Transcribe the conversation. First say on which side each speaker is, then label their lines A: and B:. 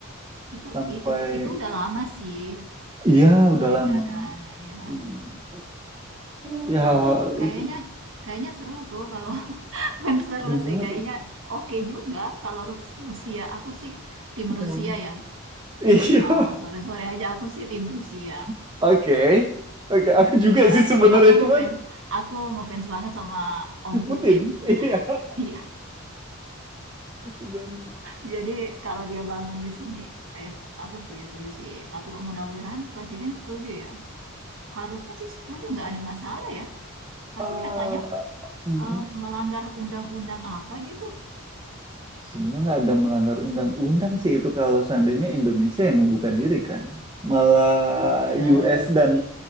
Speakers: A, on the right; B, on the right.
A: Itu
B: Sampai
A: itu itu udah lama sih
B: iya udah
A: mereka
B: lama.
A: kan ya.
B: Hmm. Tapi
A: Wow,
B: hal-hal
A: kayaknya
B: itu tuh,
A: kayaknya seru tuh kalau <laughs> bukan seru
B: seru banget.
A: sih kayaknya oke juga kalau Rus- Rusia. Aku sih tim
B: Hmm.
A: Rusia ya.
B: Iya,
A: Oh, sore-sore aja aku sih tim Rusia.
B: <laughs> oke. Oke, aku juga
A: Iya,
B: sih sebenarnya
A: aku ngefans.
B: cuman
A: Aku ngefans banget sama Om
B: si Putin.
A: Putin.
B: Iya.
A: <laughs> Iya.
B: Dan
A: Jadi kalau dia bangun di sini, eh, aku setuju-setuju sih. Tapi mudah-mudahan presiden setuju ya. Harusnya sih setuju, nggak ada masalah ya. Tapi
B: Eh,
A: katanya
B: hmm,
A: eh, melanggar undang-undang apa gitu.
B: sebenarnya nggak ada melanggar undang-undang sih itu kalau seandainya Indonesia yang membuka diri kan. Malah
A: Iya,
B: US dan